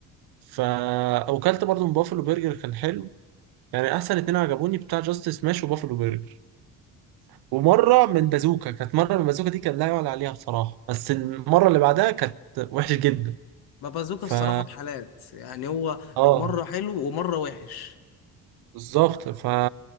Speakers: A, on the right (about 70°); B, on the left (about 70°).
A: فا وكلت برضو من بافلو برجر كان حلو يعني احسن اتنين عجبوني بتاع جاستس ماش وبافلو برجر ومره من بازوكا كانت مره من بازوكا دي كان لا يعلى عليها بصراحه بس المره اللي بعدها كانت وحشه جدا
B: ما بازوكا
A: فا
B: الصراحه بحالات يعني هو
A: اه
B: مره حلو ومره وحش
A: بالظبط فا